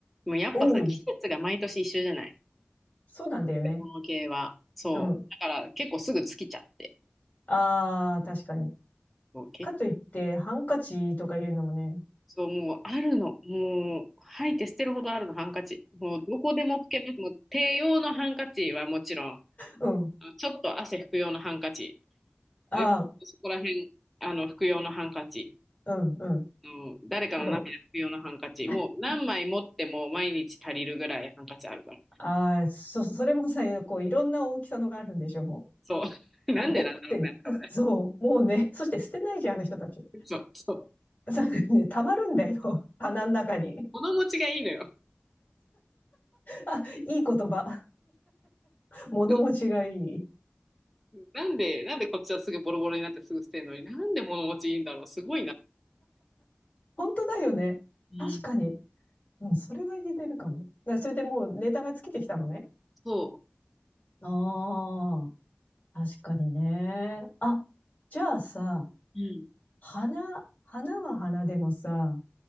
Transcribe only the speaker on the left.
おお、
そうなんだよね。
うん。
ああ、確かに。
かといって、ハンカチとか言うのもね、
うん、
ああ、
うん、う
ん、もう、<laughs>
ああ、そ、それもさ、こう、いろんな大きさのがあるんでしょ、も
う。
持って、
そう、もうね、そして捨てないじゃん、あの人たち。
そうね、溜まるんだよ、棚の中に。
あ、いい言葉。物持ちがいい。
本当だよね。
確かに。うん、それは言えてるかも。だそれでもうネタが尽きてきたのね。
ああ、確かにね。あ、じゃあさ、
花、花は花でもさ、